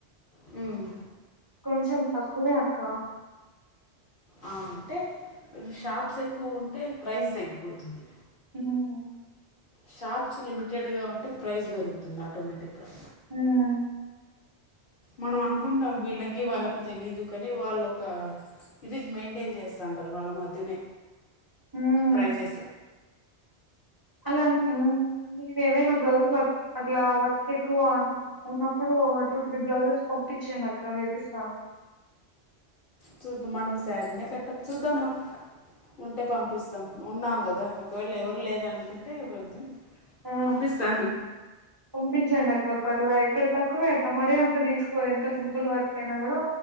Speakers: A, on the left (about 55°); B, on the right (about 25°).
A: మ్
B: కొంచెం తక్కువే అక్క.
A: ఆ అంటే షాప్స్ ఎక్కువ ఉంటే ప్రైస్ తగ్గిపోతుంది.
B: హ్మ్
A: షాప్స్ లిమిటెడ్గా ఉంటే ప్రైస్ పెరుగుతుంది ఆటోమేటిగ్గా.
B: ఉమ్
A: మనం అనుకుంటాం వీళ్ళకి, వాళ్ళకి తెలీదు కానీ వాళ్ళోక ఇది మెయింటైన్ చేస్థాంటారు వాళ్ళ మధ్యనే
B: ఉమ్
A: ప్రైసెస్.
B: అలా అని న్ నీవి ఏవైనా బ్లౌజులు అట్లా వర్క్ ఎక్కువ అ ఉన్నప్పుడు. ఒ టూ, త్రీ బ్లౌజెస్ పంపించండి అక్క వేపిస్తా.
A: చూద్దాం మనం సారినే కట్టం చుద్దాం మా. ఉంటే పంపిస్తాం ఉన్నావు కదా ఒకవేళ ఎవరు లేరు అనుకుంటే వద్దు.
B: ఆ
A: పంపిస్తాను
B: పంపించండక్క. పర్లే అక్క ఇక్కడ తక్కువే అక్క మరీ అంత తీసుకోరు ఎంత సింపుల్ వర్క్ అయినా కూడా.